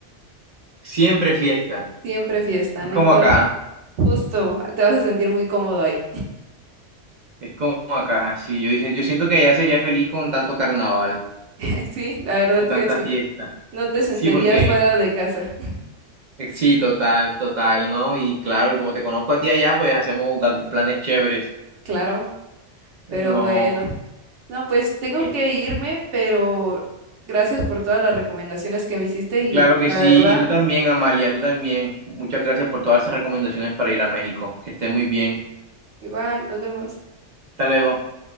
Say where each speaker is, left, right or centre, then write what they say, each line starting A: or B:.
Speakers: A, on the right (about 50°); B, on the right (about 75°).
A: Siempre fiesta.
B: siempre fiesta,
A: Es
B: no
A: como
B: importa.
A: acá.
B: Justo, te vas a sentir muy cómodo ahí.
A: Es como acá. Sí, yo dije, yo siento que allá sería feliz con tanto carnaval,
B: <laughs> Sí, la verdad
A: con
B: que
A: tanta
B: sí.
A: fiesta.
B: No te sentirías
A: Sí, porque
B: fuera de casa,
A: eh, sí, total, total, ¿no? Y claro, y como te conozco a ti allá, pues hacemos gal- planes chéveres.
B: claro, pero
A: No.
B: bueno. No, pues tengo
A: eh,
B: que irme, pero gracias por todas las recomendaciones que me hiciste y
A: Claro que
B: la
A: sí,
B: verdad
A: y tú también, Amalia, tú también. Muchas gracias por todas esas recomendaciones para ir a México. Que estés muy bien.
B: Igual, nos vemos.
A: Hasta luego.